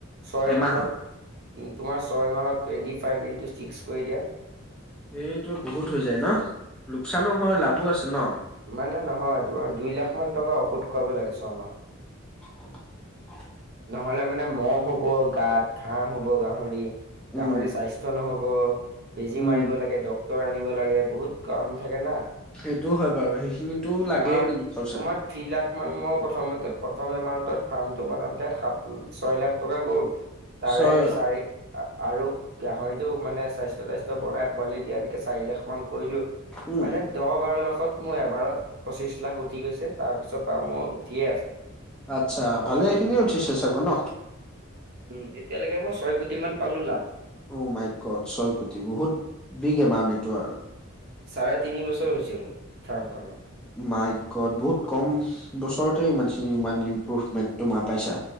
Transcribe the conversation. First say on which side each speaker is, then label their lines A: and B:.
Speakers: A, on the right; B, in the centre.
A: ছয়
B: এমাহত
A: মাহত তোমাৰ ছয় মাহত টুৱেণ্টি ফাইভ ইণ্টু ছিক্স কৰি দিয়া।
B: সেইটো বহুত হৈ যায় ন, লোকচানো হয় লাভো আছে ন?
A: মানে নহয় তোমাৰ দুই লাখ মান টকা ঔষধ খুৱাব লাগে ছয় মাহত।
B: <unintelligible>
A: নহ'লে মানে ম'হ হ'ব, গাত ঘাঁ হ'ব, গাহৰি গাহৰি
B: উম,
A: স্বাস্থ্য হব বেজি
B: উম,
A: মাৰিব লাগে, ডক্তৰ আনিব লাগে, বহুত কাম থাকে না।
B: সেইটোও হয় বাৰু সেইখিনিতো
A: তোমাৰ
B: লাগে কিন্তু খৰচা।
A: তোমাক থ্ৰী লাখ মান মই প্ৰথম প্ৰথম এমাউন্টৰ ফাৰ্মটো বনাম। তে ছয় লাখ টকা গ'ল, তাৰে
B: ছয়
A: চাৰি আৰু গাহৰি টো মানে স্বাস্থ ত্বাস্থ্য বনাই পোৱালি দিয়ালৈকে চাৰি লাখ মান কৰিলো
B: উম,
A: মানে দহ বাৰ লাখত মোৰ এবাৰত পঁচিশ লাখ উঠি গৈছে, তাৰপিছৰ পৰা মই উঠিয়ে আ
B: আচ্ছা ভালে এই খিনি উঠি চে চাগৌ ন?
A: উম এতিয়ালৈকে মই ছয় কোটি মান পালো লাভ।
B: অ' মাই গ'দ, ছয় কোটি বহুত বিগ ইমাউণ্ট এইটো আৰু।
A: চাৰে তিনি বছৰ হৈছে মোৰ ফাৰ্ম খনৰ।
B: মাই গ'দ, বহুত কম বছৰতে মানে সি ইমান ইম্প্ৰুভমেন্ট তোমাৰ পাইছা।